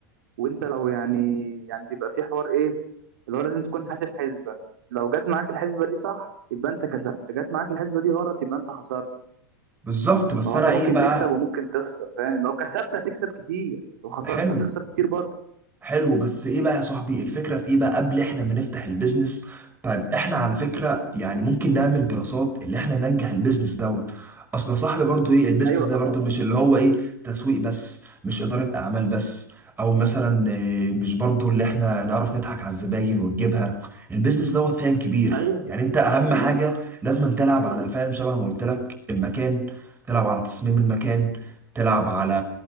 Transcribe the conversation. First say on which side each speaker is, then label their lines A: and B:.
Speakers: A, on the right; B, on the right.
A: وانت لو يعني يعني بيبقى في حوار ايه اللي هو لازم تكون حاسب حسبة لو جت معاك الحسبة دي صح يبقى انت كسبت جت معاك الحسبة دي غلط يبقى انت خسرت
B: بالظبط بس
A: ما هو
B: انا
A: انت ممكن
B: ايه بقى
A: تكسب وممكن تخسر فاهم لو كسبت هتكسب كتير لو خسرت
B: حلو
A: هتخسر كتير برضه
B: حلو بس ايه بقى يا صاحبي الفكرة في ايه بقى قبل احنا ما نفتح البيزنس طيب احنا على فكرة يعني ممكن نعمل دراسات اللي احنا ننجح البيزنس دوت اصل يا صاحبي برضو ايه البيزنس
A: ايوه
B: ده
A: طبعا
B: برضو مش اللي هو ايه تسويق بس مش إدارة اعمال بس او مثلا إيه، مش برضو اللي احنا نعرف نضحك على الزباين ونجيبها البيزنس دوت فاهم كبير
A: ايوه
B: يعني انت اهم حاجة لازم تلعب على فاهم شبه ما قلت لك المكان تلعب على تصميم المكان تلعب على